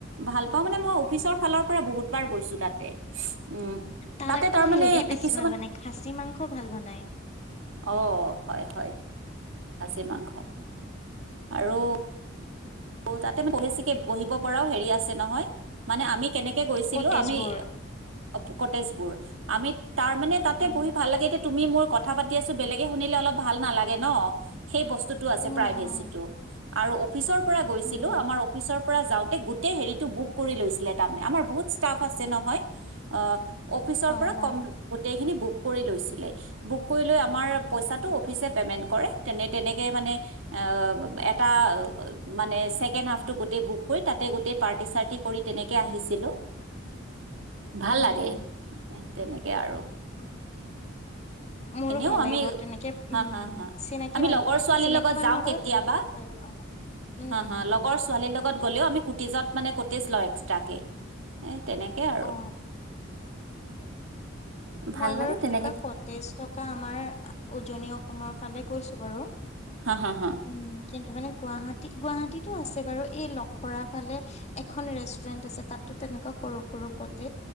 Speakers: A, on the right; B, on the left.
A: ভাল পাওঁ মানে মই অফিচৰ ফালৰ পৰা বহুতবাৰ গৈছো তাতে উম
B: তাত
A: তাতে
B: আকৌ
A: তাৰমানে
B: হেৰি বেছি
A: কিছুমান
B: ভাল বনাই, খাচী মাংস ভাল বনাই।
A: অ, হয়, হয় খাচী মাংস, আৰু তাতে পহেচিকে বহিব পৰাও হেৰি আছে নহয় মানে আমি কেনেকে গৈছিলো
B: কটেজবোৰ।
A: আমি অ পকতেজবোৰ আমি তাৰ মানে তাতে
B: উম।
A: পঢ়ি ভাল লাগে এতিয়া তুমি মোৰ কথা পাতি আছো বেলেগে শুনিলে অলপ ভাল নালাগে ন সেই বস্তুতটো আছে
B: উম,
A: প্ৰাইভেচিটো
B: উম,
A: আৰু অফিচৰ পৰা গৈছিলো
B: উম,
A: আমাৰ অফিচৰ তে গো হ বু কৰি লৈ তাৰ আমাৰ বহুত আছে নহয় আহ অফিচৰ
B: হয়,
A: পৰা
B: হয়,
A: কম গোটেইখিনি বুক কৰি লৈছিলে, বুক কৰি লৈ, আমাৰ পইছাটো অফিচে, পমেণ্ট কৰে তেনে, তেনেকে মানে অ এটা মানে ছেকেণ্ড হাফটো গোটেই বুক কৰি, তাতে গোটেই পাৰ্টি, চাৰ্টি কৰি তেনেকৈ আহিছিলোঁ। ভাল
B: উম,
A: লাগে
B: উম।
A: তেনেকে আৰু
B: উম। মোৰো
A: এনেও
B: ভাল
A: আমি
B: লাগে বাৰু তেনেকে
A: হা
B: উম
A: হা হা
B: চিনাকি
A: আমি
B: মানুহ
A: লগৰ ছোৱালীৰ
B: চিনাকি
A: লগত
B: মানুহৰ
A: যাওঁ
B: লগত
A: কেতিয়াবা
B: তেনেকে অ উম
A: হা
B: উম
A: হা লগৰ ছোৱালীৰ লগত গ'লেও আমি কুটিজত মানে কটিজ লওঁ এক্সট্ৰাকে তেনেকে আৰু
B: অ
A: ভাল
B: মই বাৰু
A: লাগে
B: তেনেকুৱা
A: তেনেকে
B: কটেজ থকা আমাৰ উজনি অসমৰ ফালে গৈছো বাৰু
A: হা হা হা
B: উম কিন্তু মানে গুৱাহাটী, গুৱাহাটীতো আছে বাৰু এই লখৰা ফালে এখন ৰেষ্টুৰেন্ট আছে তাত টো তেনেকুৱা সৰু সৰু ক